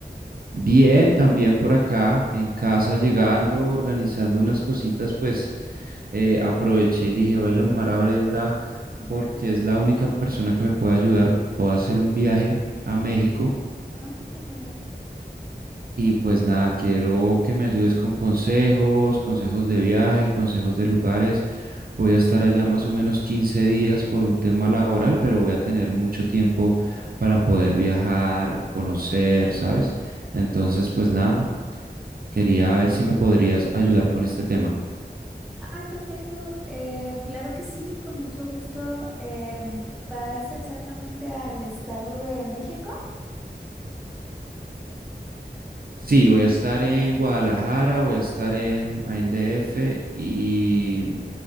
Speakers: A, on the right; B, in the centre.
A: bien, también por acá, en casa, llegando, organizando unas cositas, pues eh, aproveché y dije, voy a llamar a Brenda
B: Ujú.
A: porque es la única persona que me puede ayudar. Puedo hacer un viaje a México
B: Ah, qué genial.
A: Y pues nada, quiero que me ayudes con consejos, consejos de viaje, consejos de lugares. Voy a estar allá más o menos 15 días por un tema laboral, pero voy a tener mucho tiempo para poder viajar, conocer, ¿sabes? Entonces, pues nada, quería ver si me podrías ayudar con este tema.
B: Ah, perfecto. Eh, claro que sí, con mucho gusto. Em, ¿vas exactamente al Estado de México?
A: Sí, voy a estar en Guadalajara, voy a estar en, ahí en DF y